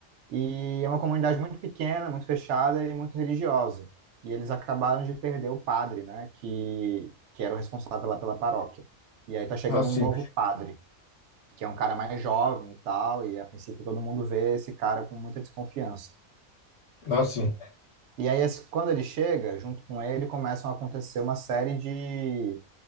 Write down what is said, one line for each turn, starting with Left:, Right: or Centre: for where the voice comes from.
Right: E é uma comunidade muito pequena, muito fechada e muito religiosa. E eles acabaram de perder o padre, né? Que, que era o responsável lá pela paróquia. E aí tá chegando
Left: Ah, sim.
Right: um novo padre, que é um cara mais jovem e tal, e a princípio todo mundo vê esse cara com muita desconfiança.
Left: Ah, sim.
Right: E aí, esse- quando ele chega, junto com ele, começam a acontecer uma série de